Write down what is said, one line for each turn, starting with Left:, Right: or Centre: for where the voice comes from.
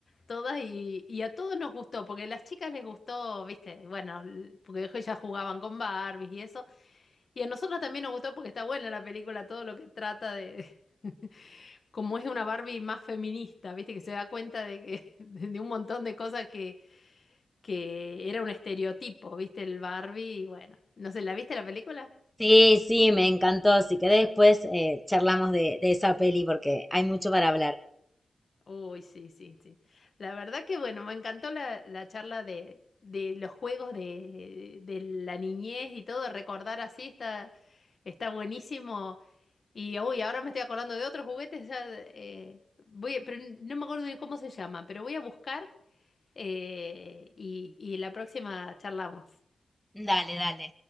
Left: todas. Y, y a todos nos gustó, porque a las chicas les gustó, viste, bueno, l- porque ellas jugaban con Barbies y eso. Y a nosotros también nos gustó porque está buena la película, todo lo que trata de... <laughs> Como es una Barbie más feminista, viste, que se da cuenta de que, <laughs> de un montón de cosas que que era un estereotipo, ¿viste? El Barbie, y bueno, no sé, ¿la viste la película?
Centre: Sí, sí, me encantó. Si querés después eh, charlamos de, de esa peli porque hay mucho para hablar.
Left: Uy, sí, sí, sí. La verdad que bueno, me encantó la, la charla de, de los juegos de, de la niñez y todo, recordar así está, está buenísimo. Y uy, ahora me estoy acordando de otros juguetes, ya, eh, voy, a- pero no me acuerdo ni cómo se llaman, pero voy a buscar eh, y, y la próxima charlamos.
Centre: Dale, dale.